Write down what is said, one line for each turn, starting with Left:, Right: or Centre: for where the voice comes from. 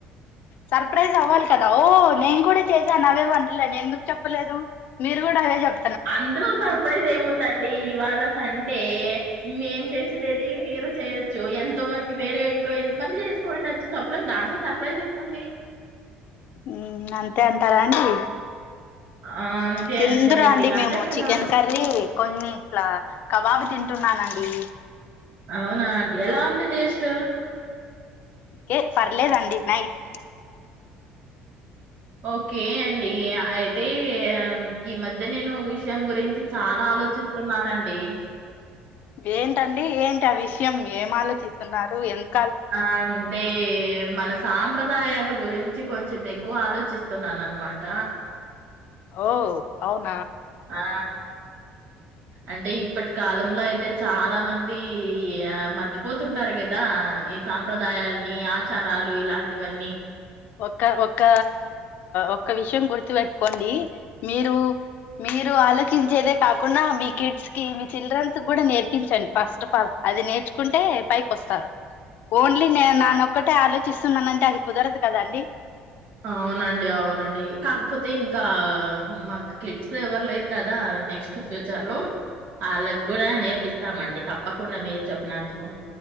Left: సర్ప్రైజ్ అవ్వాలి కదా. ఓ నేను కూడా చేసాను అవ్వే వంటలు అని ఎందుకు చెప్పలేదు. మీరు కూడా అవే చెప్ప
Right: అందులో సర్ప్రైజ్ ఏముందండి ఇవాళ సండే మేం చేసిందేది మీరు చేయొచ్చు ఎంతో మంది వేరే ఇంకా ఎంత మంది చేసుకోని ఉండచ్చు, చప్పలేం దాంట్లో సర్ప్రైజ్ ఏముంది.
Left: మ్ అంతే అంటారా అండి.
Right: ఆ, అంతే
Left: తిందురా
Right: అంతే
Left: అండి
Right: అంతే
Left: మేము
Right: కదా
Left: చికెన్ కర్రీ కొన్ని ఇట్లా కబాబ్ తింటున్నానండి.
Right: అవునా అండి. ఎలా ఉంది టేస్ట్?
Left: కే పర్లేదండి నైస్.
Right: ఓకే అండి అయితే ఆ ఈ మధ్య నేను ఒక విషయం గురించి చాలా ఆలోచిస్తున్నానండి.
Left: ఏంటండి ఏంటి ఆ విషయం. ఏం ఆలోచిస్తున్నారు ఎందు
Right: ఆ అంటే మనసు సాంప్రదాయలు గురించి కొంచెం ఎక్కువ ఆలోచిస్తున్నాను అన్నమాట.
Left: ఓ అవున్
Right: ఆ అంటే ఇప్పటి కాలంలో అయితే చాలా మంది ఆ మర్చిపోతుంటారు కదా ఈ సాంప్రదాయాల్ని, ఆచారాలు ఇలాంటివన్నీ.
Left: ఒక ఒక ఒక విషయం గుర్తుపెట్టుకోండి, మీరు మీరు ఆలోచించేదే కాకుండా మీ కిడ్స్ కి మీ చిల్డ్రన్స్ కూడా నేర్పించండి. ఫస్ట్ ఆఫ్ ఆల్ అది నేర్చుకుంటే పైకి వస్తారు. ఓన్లీ నే నానొక్కటే ఆలోచిస్తున్నానంటే అది కుదరదు కదా అండీ.
Right: అవునండి. అవునండి, కాకపోతే ఇంకా మాకు కిడ్స్ ఎవరు లేరు కదా నెక్స్ట్ ఫ్యూచర్ లో అలా కూడా నేర్పిస్తామండి తప్పకుండా మీరు చెప్ నాట్లో